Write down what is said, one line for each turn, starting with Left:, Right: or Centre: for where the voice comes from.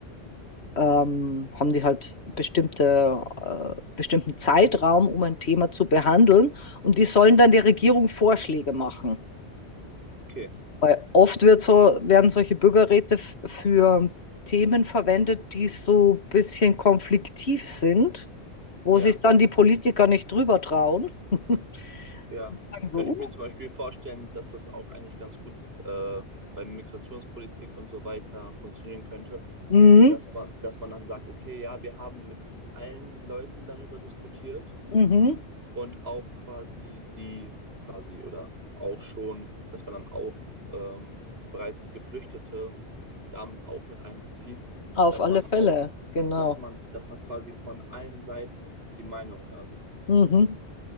Left: ähm, haben die halt bestimmte, äh, bestimmten Zeitraum, um ein Thema zu behandeln. Und die sollen dann der Regierung Vorschläge machen.
Right: okay.
Left: Weil oft wird so, werden solche Bürgerräte f- für Themen verwendet, die so ein bisschen konfliktiv sind, wo
Right: Ja.
Left: sich dann die Politiker nicht drüber trauen. <laughs>
Right: Ja,
Left: Sagen So,
Right: könnte ich mir zum Beispiel vorstellen, dass das auch eigentlich ganz gut äh, bei Migrationspolitik und so weiter funktionieren könnte,
Left: uh, mhm,
Right: dass man, dass man dann sagt, okay, ja, wir haben mit allen Leuten darüber diskutiert
Left: mhm,
Right: und auch quasi die quasi oder auch schon, dass man dann auch ähm, bereits Geflüchtete damit auch mit einbezieht,
Left: auf
Right: dass
Left: alle
Right: man
Left: Fälle,
Right: auch,
Left: genau.
Right: dass man, dass man quasi von allen Seiten die Meinung hört.
Left: Mhm,